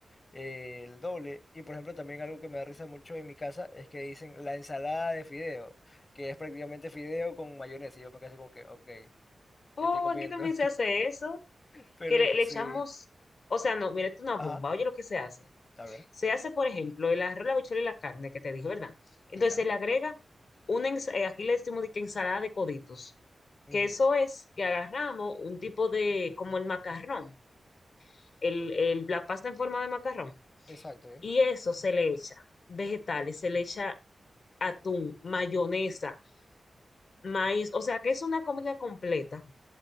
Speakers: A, on the left (about 40°); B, on the left (about 70°).
A: eh, el doble. Y por ejemplo, también algo que me da risa mucho en mi casa es que dicen la ensalada de fideo, que es prácticamente fideo con mayonesa, y yo me quedo así como que, ok,
B: Oh,
A: estoy comiendo,
B: aquí también
A: <laughs>
B: se hace eso,
A: pero
B: que le, le
A: sí,
B: echamos, o sea, no, mira, esto es una
A: ajá,
B: bomba. Oye, lo que se hace.
A: a ver,
B: Se hace, por ejemplo, el arroz, la habichuela y la carne que te dije, ¿verdad? Entonces
A: ya,
B: se le agrega una, ens- eh, aquí le decimos de que ensalada de coditos,
A: ujú,
B: que eso es que agarramos un tipo de, como el macarrón el, el- la pasta en forma de macarrón.
A: Exacto,
B: Y eso se le echa vegetales, se le echa atún, mayonesa, maíz, o sea que es una comida completa.